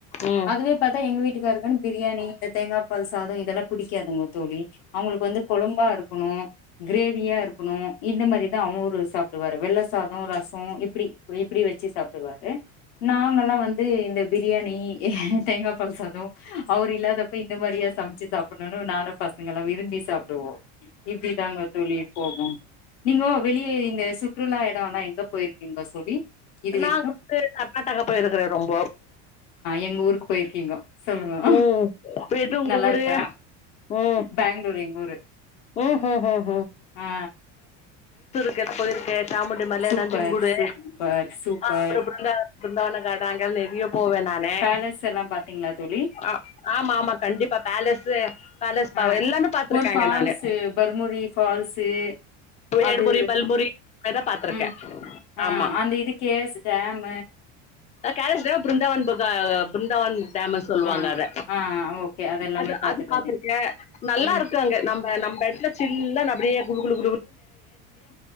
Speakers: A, on the left (about 20°); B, on the left (about 75°).
A: ம்
B: அதுவே பாத்தா எங்க வீட்டுக்காருக்கன்னு பிரியாணி தேங்கா பால் சாதோ இதெல்லாம் புடிக்காதுங்க தோழி அவுங்களுக்கு வந்து கொழம்பா இருக்கணும் கிரேவியா இருக்கணும் இந்த மாரி தான் அவுரு சாப்பிடுவாரு வெள்ள சாதம் ரசம் இப்டி இப்டி வச்சு சாப்டுவாரு நாங்கல்லாம் வந்து இந்த பிரியாணி ஏ தேங்கா பால்சாதம் அவர் இல்லாதப்ப இந்த மாரியா சமைச்சு சாப்புணுனு நானும் பச நாங்க விரும்பி சாப்டுவோம் இப்டிதாங்க தோழி போகும் நீங்கோ வெளியே இந்த சுற்றுலா எடம் எல்லாம் எங்க போயிருக்கீங்க சொல்லி இது வெரிக்கும்
A: நாங்க வந்து கர்நாடகா போயிருக்குறோ ரொம்போ
B: எங்க ஊருக்கு போயிருக்கீங்கோ சொல்லுங்கோ
A: ம் எது உங்க
B: நல்லா
A: ஊரு
B: இருக்கா
A: ம்
B: பேங்ளூர் எங்க ஊரு
A: ம் ம் ம்
B: ஆ
A: ங்கலா போய்ருக்க சாமுண்டி மல
B: சூப்பர்
A: நஞ்சன்கூடு்
B: சூப்பர் சூப்பர்
A: அப்புற அந்த பிருந்தாவனங்காடாங்கள் <unintelligible> போவேன் நானே
B: பேலஸ் எல்லா பாத்தீங்களா தோழி
A: ஆ ஆமா ஆமா கண்டிப்பா பேலஸு பேலஸ் பாவ
B: ஆ
A: எல்லாமே பாத்திருக்காங்க
B: ஒரு ஃபால்ஸு
A: நானு
B: பர்முரி ஃபால்ஸு அது
A: ஏடுமுறி பல்முறிதான் பாத்திருக்கேன்
B: ம் ஆ
A: ஆமா
B: அந்த இது கே எஸ் டேமு
A: ஆ கேலஸ்டவ் பிருந்தாவன் பக் பிருந்தாவன் டேம சொல்வாங்க
B: ஆ
A: அத
B: ஆ ஓகே அது எல்லாமே
A: அத
B: பாத்துட்டு
A: அது பாத்திருக்கேன்
B: வந்தீங்க
A: நல்லா
B: ம்
A: இருக்கு அங்க நம்ப நம்ப எடத்துல சில்ல நபடியே குளு குளுக்